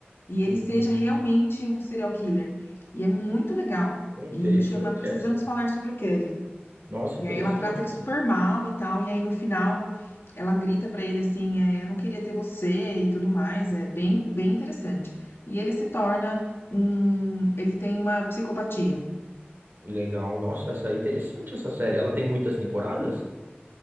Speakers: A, on the left; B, on the right.
A: e ele
B: Hum,
A: seja realmente um serial killer. E é muito legal.
B: hum, interessante
A: E chama Precisamos
B: essa.
A: Falar sobre o Kevin.
B: Nossa,
A: E
B: interessante.
A: aí ela trata ele super mal e tal. E aí no final ela grita pra ele assim, é, eu não queria ter você e tudo mais. É bem, bem interessante. E ele se torna um, ele tem uma psicopatia.
B: Legal. Nossa, essa é interessante essa série. Ela tem muitas temporadas?